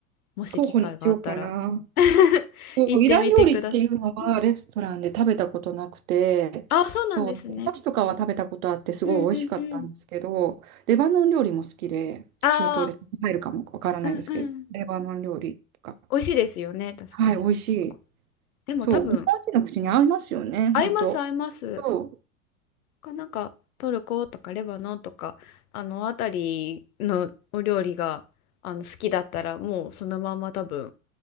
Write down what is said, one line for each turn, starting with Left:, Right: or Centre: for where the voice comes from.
Left: もし機会があったら
Right: 候補にしようかな。
Left: <laughs>
Right: そう、
Left: 行ってみてください。
Right: イラン料理っていうのはレストランで食べたことなくて、
Left: うんあ、そうなんですね。
Right: そう、お菓子とかは食べたことあってすごい美味しかったんですけど、
Left: うんうんうん。
Right: レバノン料理も好きで、
Left: ああ、
Right: 中東で入るかもわからないですけど、
Left: うんうん。
Right: レバノン料理とか、
Left: 美味しいですよね、確かに。
Right: はい、美味しい。
Left: あそこ。でも多分、
Right: そう、日本人の口に合いますよね、
Left: 合います、
Right: 本当。
Left: 合います。
Right: そ
Left: かなんか、トルコとかレバノンとか、あの辺りのお料理があの好きだったら、もうそのまま多分。